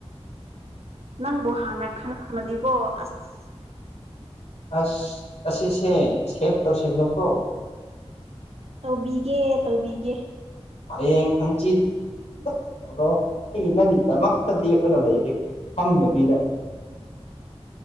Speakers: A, on the right; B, on the left.
A: ꯅꯪꯕꯨ ꯍꯥꯟꯅ ꯈꯪꯉꯝꯃꯗꯤꯀꯣ ꯑꯁ
B: ꯑꯁ ꯑꯁꯤꯁꯦ ꯁꯦꯚ ꯇꯧꯁꯤꯜꯂꯣꯀꯣ
A: ꯇꯧꯕꯤꯒꯦ ꯇꯧꯕꯤꯒꯦ
B: ꯍꯔꯦꯡ ꯍꯪꯆꯤꯠ ꯑꯗꯨꯝ ꯇꯧꯔꯣ ꯑꯩ ꯅꯪꯒꯤꯗꯃꯛꯇ ꯂꯦꯞꯂꯒ ꯂꯩꯒꯦ ꯐꯝꯗꯕꯤꯗ